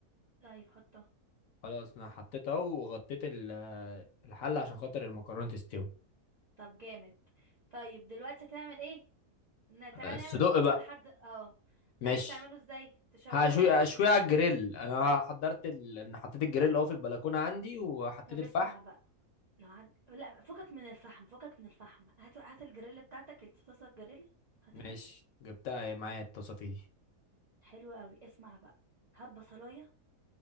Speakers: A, on the right; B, on the left.
A: طيب حطها
B: خلاص انا حطيتها اهو وغطيت ال- الحله عشان خاطر المكرونه تستوي
A: طب جامد طيب دلوقتي هتعمل ايه ن- تعالى
B: الصدق
A: نعمل الصدوق
B: بقى
A: لحد اه انت
B: ماشي
A: عايز تعمله ازاي تشوحه
B: هشوي
A: ولا تشويه
B: اشوي على الجريل انا حضرت ال... انا حطيت الجريل اهو في البلكونه عندي وحطيت
A: طب
B: الفحم
A: اسمع بقى لو عج... لا فكك من الفحم فكك من الفحم هات هات الجريل بتاعتك الطاسه الجريل هاتها
B: ماشي جبتها معايا التصافي دي
A: حلوة قوي اسمع بقى هات بصلايه